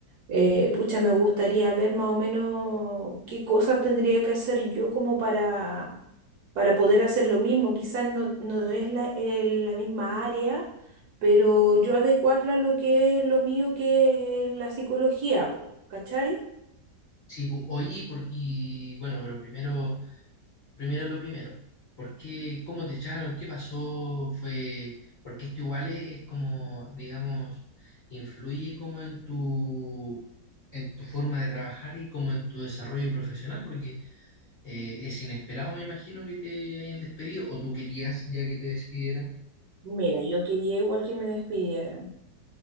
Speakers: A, on the right; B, on the left.
A: eh, pucha, me gustaría ver más o menos qué cosas tendría que hacer yo como para para poder hacer lo mismo. Quizás no, no es la, el- la misma área, pero yo adecuarla a lo que es lo mío, que es la psicología, po, ¿cachai?
B: Sí, pu- oye, porque, bueno, pero primero, primero lo primero. ¿Por qué, cómo te echaron? ¿Qué pasó? Fue, porque esto igual es como, digamos, influye como en tu, en tu forma de trabajar y como en tu desarrollo profesional, porque eh, es inesperado, me imagino, que te hayan despedido, o tú querías ya que te despidieran.
A: Mira, yo quería igual que me despidieran